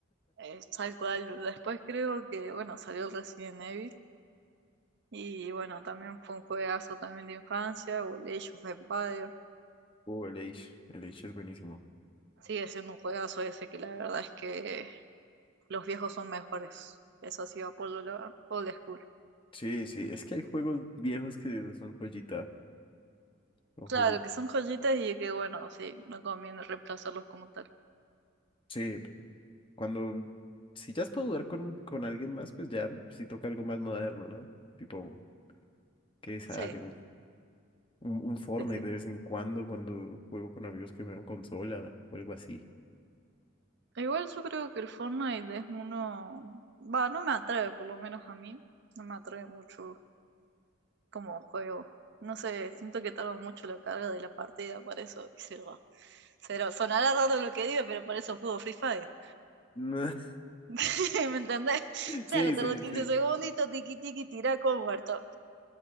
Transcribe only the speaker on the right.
Eh, tal cual. Después creo que, bueno, salió el Resident Evil y bueno, también fue un juegazo también de infancia, o el Age of Empire.
Sigue siendo un juegazo ese que la verdad es que los viejos son mejores. Eso sí, apolo lo old school.
Claro,
que son joyitas y que bueno, sí, no conviene reemplazarlos como tal.
Sí,
sí, sí.
Igual yo creo que el Fortnite es uno, va, no me atrae, por lo menos a mí, no me atrae mucho como juego. No sé, siento que tarda mucho la carga de la partida, por eso, y cero, cero. Sonará raro lo que digo, pero por eso juego Free Fire,
<laughs> ¿me entendés? Cero,
tardo
15
segunditos, tiqui tiqui, tirá con muerto.